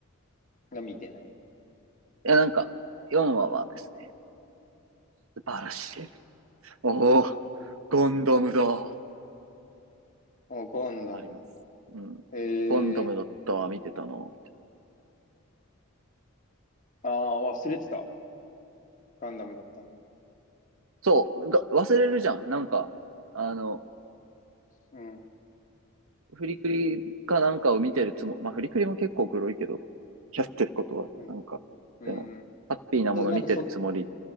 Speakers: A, on the left (about 35°); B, on the right (about 75°).
A: が見てないね。
B: や、なんか、4話はですね、素晴らしい。おお、ゴンドムだ。
A: あ、ガンダムなんだ。
B: あります。うん。
A: ええ、
B: ゴンドムだったわ、見てたの。
A: ああ、忘れてた。ガンダムだったの。
B: そう、が、忘れるじゃん。なんか、あの、
A: うん、
B: フリクリかなんかを見てるつもり、まあ、フリクリも結構黒いけど、やってることは、
A: うん、
B: なんか、
A: うん、
B: でも、
A: うん。
B: ハッピーなもの見てるつもり。
A: そう、なんかそ、